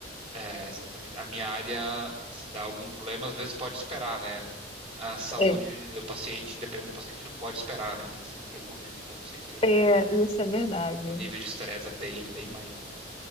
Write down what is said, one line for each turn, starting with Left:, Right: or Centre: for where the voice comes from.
Right: é, exatamente. A minha área, se dá algum problema, às vezes pode esperar, né? A saúde,
Left: É,
Right: o paciente, dependendo do paciente, não pode esperar, né? Tem que ser naquele momento. Então, eu sei que
Left: é, isso é verdade.
Right: o nível de estresse é bem, bem maior.